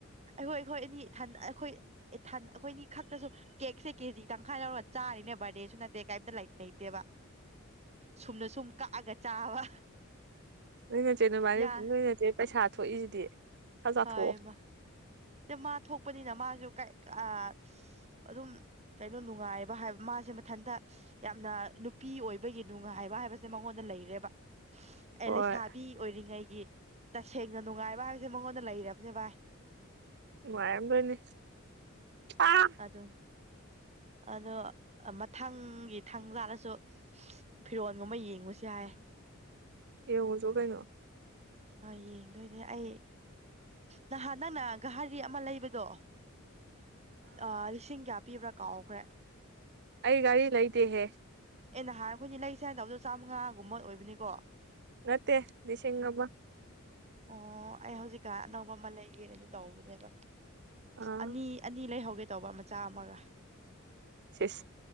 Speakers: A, on the right; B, on the right.
A: ꯑꯩꯈꯣꯏ ꯑꯩꯈꯣꯏ ꯑꯅꯤ ꯊꯟ ꯑꯩꯈꯣꯏ ꯏꯊꯠ ꯑꯩꯈꯣꯏꯅꯤ ꯈꯛꯇꯁꯨ ꯀꯦꯛꯁꯦ ꯀꯦ ꯖꯤ ꯇꯪꯈꯥꯏ ꯂꯧꯔ ꯆꯥꯔꯤꯅꯦ ꯕꯥꯔꯗꯦꯁꯨ ꯅꯠ ꯇ‌ꯦ ꯀꯥꯏꯝꯇ ꯂꯧꯠ ꯂꯩꯇ‌ꯦꯕ ꯁꯨꯝꯅ ꯁꯨꯝ ꯀꯛꯑꯒ ꯆꯥꯕ
B: ꯅꯣꯏꯅꯆꯦ ꯅꯕꯥꯏꯅꯤ
A: ꯌꯥ
B: ꯅꯣꯏꯅꯆꯦ ꯄꯩꯁꯥ ꯊꯣꯛꯏꯁꯤꯗꯤ ꯈꯔ ꯆꯥꯊꯣꯛꯑꯣ
A: ꯍꯣꯏ ꯃꯥ ꯃꯥ ꯊꯣꯛꯄꯅꯤꯅ ꯃꯥꯁꯨ ꯑꯥ ꯑꯗꯨꯝ ꯀꯩꯅꯣ ꯅꯨꯡꯉꯥꯏꯕ ꯍꯥꯏꯕ ꯃꯥꯁꯦ ꯃꯊꯟꯇ ꯌꯥꯝꯅ ꯅꯨꯄꯤ ꯑꯣꯏꯕꯒꯤ ꯅꯨꯡꯉꯥꯏꯕ ꯍꯥꯏꯕꯁꯦ ꯃꯉꯣꯟꯗ ꯂꯩꯔꯦꯕ ꯑꯦ
B: ꯍꯣꯏ
A: ꯂꯩꯁꯥꯕꯤ ꯑꯣꯏꯔꯤꯉꯩꯒꯤ ꯇꯁꯦꯡꯅ ꯅꯨꯡꯉꯥꯏꯕ ꯍꯥꯏꯕꯁꯦ ꯃꯉꯣꯟꯗ ꯂꯩꯔꯕꯅꯦ ꯚꯥꯏ
B: ꯅꯨꯡꯉꯥꯏꯔꯝ ꯗ‌ꯣꯏꯅꯦ ꯑꯥ
A: ꯑꯗ‌ꯣ ꯑꯗꯣ ꯃꯊꯪꯒꯤ ꯊꯪ ꯂꯥꯜꯂꯁꯨ ꯐꯤꯔꯣꯟꯒꯨꯝꯕ ꯌꯦꯡꯉꯨꯁ‌ꯦ ꯍꯥꯏꯌꯦ
B: ꯌꯦꯡꯉꯨꯆꯣ ꯀꯩꯅꯣ
A: ꯍꯣꯏ ꯌꯦꯡꯗꯣꯏꯅꯦ ꯑꯩ ꯅꯍꯥꯟ ꯅꯪꯅ ꯘꯍꯥꯔꯤ ꯑꯃ ꯂꯩꯕꯗꯣ ꯑꯥ ꯂꯤꯁꯤꯡ ꯀꯌꯥ ꯄꯤꯕ꯭ꯔꯥ ꯀꯥꯎꯈ꯭ꯔꯦ
B: ꯑꯩ ꯘꯔꯤ ꯂꯩꯗꯦꯍꯦ
A: ꯑꯦ ꯅꯍꯥꯟ ꯑꯈ‌ꯣꯏꯅꯤ ꯂꯩꯁ‌ꯦ ꯍꯥꯏꯅ ꯇꯧꯕꯗꯣ ꯆꯥꯝꯃꯉꯥꯒꯨꯝꯕ ꯑꯣꯏꯕꯅꯤꯀꯣ
B: ꯅꯠꯇ‌ꯦ ꯂꯤꯁꯤꯡ ꯑꯃ
A: ꯑꯣ ꯑꯩ ꯍꯧꯖꯤꯛꯀꯥꯟ ꯑꯅꯧꯕ ꯑꯃ ꯂꯩꯒꯦꯅꯗꯤ ꯇꯧꯕꯅꯦꯕ
B: ꯑꯥ
A: ꯑꯅꯤ ꯑꯅꯤ ꯂꯩꯍꯧꯒꯦ ꯇꯧꯕ ꯃꯆꯥ ꯑꯃꯒ
B: ꯁꯤꯁ